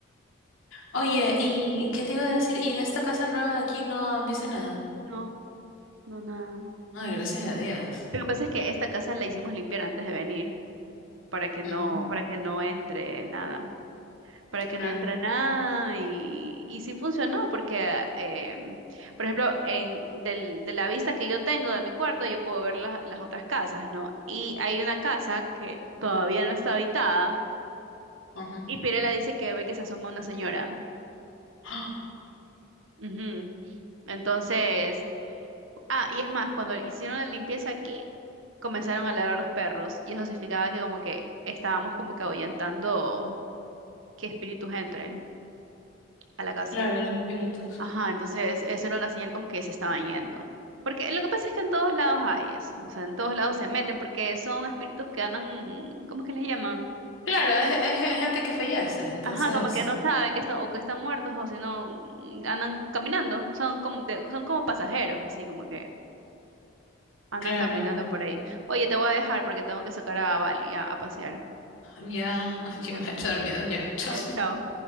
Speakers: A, on the left; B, on the right.
A: Oye, ¿y qué te iba a decir? ¿Y en esta casa nueva de aquí no han visto nada?
B: No, no, nada.
A: Ay, gracias a Dios.
B: Lo que pasa es que esta casa la hicimos limpiar antes de venir, para que no,
A: Mm,
B: para que no entre nada. para que
A: claro,
B: no entre nada y, y sí funcionó porque, em, por ejemplo, en, del- de la vista que yo tengo de mi cuarto, yo puedo ver las las otras casas, ¿no? Y hay una casa que todavía no está habitada
A: ajá.
B: y Pirela dice que ve que se asoma una señora.
A: ¡Ah!
B: Ujú. Entonces, ah, y es más, cuando hicieron la limpieza aquí, comenzaron a ladrar los perros y eso significaba que como que estábamos como que ahuyentando que espíritus entren a la casa.
A: Claro, los espíritus.
B: Ajá, entonces eso era una señal como que se estaban yendo. Porque lo que pasa es que en todos lados hay eso, o sea, en todos lados se meten porque son espíritus que andan, ¿cómo que les llaman?
A: Claro, es, es- es gente que fallece, entonces,
B: Ajá, como que no saben que están o que están muertos o si no mm, andan caminando, son como de- son como pasajeros, así como que andan
A: claro,
B: caminando por ahí. Oye, te voy a dejar porque tengo que sacar a Bali a, a pasear.
A: ya, ay,
B: Ya,
A: que me
B: ok.
A: ha hecho dormido ya, <laughs> chao.
B: Ya, chao.